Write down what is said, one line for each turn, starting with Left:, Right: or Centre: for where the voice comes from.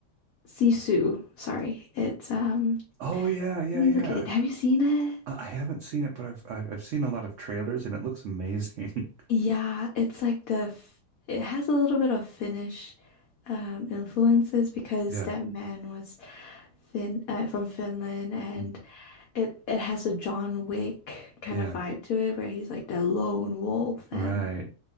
Left: Sisu. Sorry, it's um.
Right: Oh yeah, yeah,
Left: Let me
Right: yeah.
Left: look at it. Have you seen it?
Right: I haven't seen it, but I've I've, I've seen a lot of trailers and it looks amazing. <laughs>
Left: Yeah, it's like the f it has a little bit of Finnish um, influences because
Right: Yeah.
Left: that man was Fin uh, from Finland and
Right: Mm.
Left: It it has a John Wick kind
Right: Yeah.
Left: of vibe to it where he's like the lone wolf
Right: Right.
Left: and